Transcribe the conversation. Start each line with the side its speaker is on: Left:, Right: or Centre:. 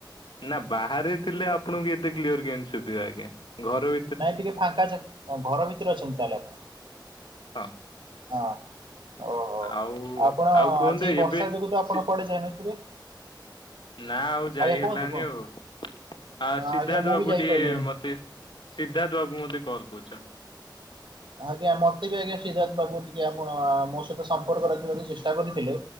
Left: ନା ବାହାରେ ଥିଲେ ଆପଣଙ୍କୁ ଏତେ କ୍ଲିଅର କେମିତି ସୁଭିବ ଆଜଞା ଘର ଭିତ
Right: ନାଇଁ ଟିକେ ଫାଙ୍କା ଘର ଭିତରେ ଅଛନ୍ତି ତାହେଲେ ଆପଣ
Left: ହଁ
Right: ହଁ। ଓହୋ
Left: ଆଉ
Right: ଆପଣ
Left: ଆଉ କୁହନ୍ତୁ
Right: ଆଜି ବର୍ଷା
Left: ଏବେ
Right: ଯୋଗୁ ତ ଆପଣ
Left: ସି-
Right: କୁଆଡେ ଯାଇନଥିବେ?
Left: ନା ଆଉ ଯାଇ
Right: ଆଜ୍ଞା
Left: ହେଲାନି
Right: କୁହନ୍ତୁ କୁହନ୍ତୁ।
Left: ଆଉ ଆ
Right: ହଁ
Left: ସିଧା
Right: ଆଜ୍ଞା ମୁଁ
Left: ଯୁ ବାବୁ
Right: ବି ଯାଇପାରିଲିନି।
Left: ଟିକେ ମତେ ସିଦ୍ଧାର୍ଥ ବାବୁ ମୋତେ କଲ କରିଛନ୍ତି।
Right: ଆଜ୍ଞା ମତେ ବି ଆଜ୍ଞା ସିଦ୍ଧାର୍ଥ ବାବୁ ଟିକେ ଆ ମୋ ସହିତ ସମ୍ପର୍କ ରଖିବାକୁ ଚେଷ୍ଟା କରିଥିଲେ।